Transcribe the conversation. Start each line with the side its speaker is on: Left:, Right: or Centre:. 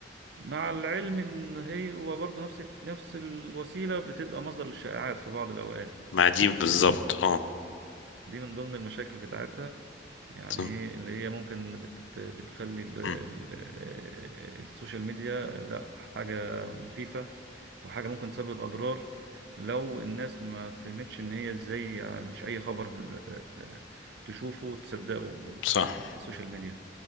Right: مع العلم ان هي هو برضه نفس نفس الوسيلة بتبقى مصدر للشائعات في بعض الأوقات
Left: مع دي بالظبط اه
Right: دي من ضمن المشاكل بتاعتها يعني
Left: صح.
Right: ايه اللي هي ممكن بت بتخلي ال- ال-
Left: مم.
Right: السوشيال ميديا لا حاجة مخيفة وحاجة ممكن تسبب أضرار لو الناس ما فهمتش إن هي إزاي يعني مش أي خبر آه، تشوفه تصدقه
Left: صح
Right: على السوشيال ميديا